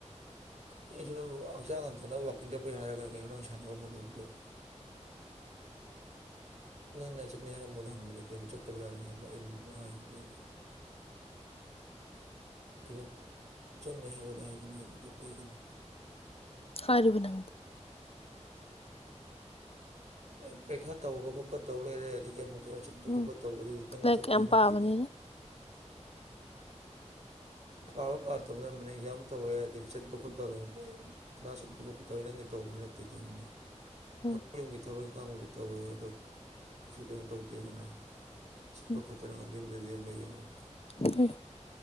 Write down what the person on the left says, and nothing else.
ꯍꯥꯏꯔꯤꯕ ꯅꯪꯗꯤ
ꯎꯝ
ꯂꯥꯏꯔꯤꯛ
ꯌꯥꯝ
ꯄꯥꯕꯅꯤꯅ
ꯎꯝ
ꯎꯝ
ꯍꯣꯏ ꯍꯣꯏ